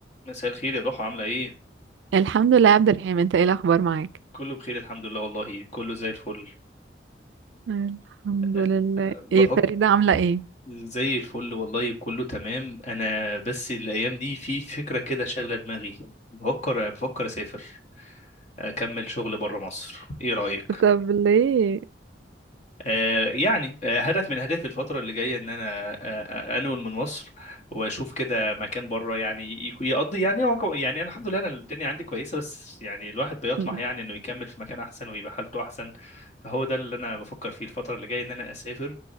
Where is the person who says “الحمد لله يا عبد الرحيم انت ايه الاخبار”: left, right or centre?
Right